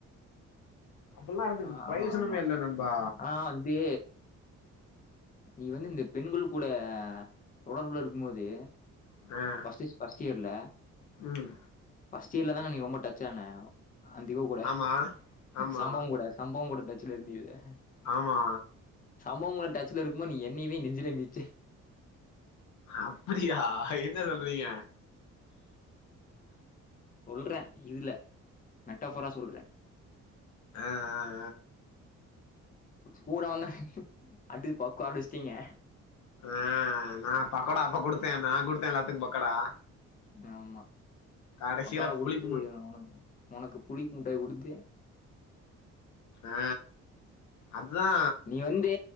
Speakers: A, on the left (about 70°); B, on the left (about 30°).
A: அப்பல்லா இருந்து
B: ஆ
A: பிரயோஜனமே
B: ஆ ஆமா
A: இல்ல நண்பா
B: ஆ வந்து நீ வந்து இந்த பெண்கள் கூட தொடர்புல இருக்கு மோது
A: அ
B: சிஸ் ஃபஸ்ட் இயர்ல
A: ம்
B: ஃபஸ்ட் இயர்ல தான நீ ரொம்ப டச் ஆனா அந்த இவ கூட
A: ஆமா ஆமா
B: சம்பவோ கூட சம்பவோ கூட டச்சுல இருந்தியே
A: ஆமா
B: சம்பவோ கூட டச்ல இருக்கு மோத் நீ என்னைவே நெஞ்சுலே மித்ச்ச
A: அப்பிடியா என்ன சொல்றீங்க
B: சொல்ற இதுல மெட்டாஃபரா சொல்ற
A: ஆ ஆ
B: கூட வந்தே அடிச் பக்கோட் வெஸ்ட்டீங்க
A: ஆ நா பக்கோடா அப்ப குடுத்தே நா குடுத்தே எல்லாத்துக் பக்கோடா
B: ஆமா
A: கடைசில
B: பக்கோடா குடுத்து
A: புளிப்பு முட்
B: உனக் உனக்கு புளிப் முட்டாய் குடுத்து
A: ஆ அதா
B: நீ வந்து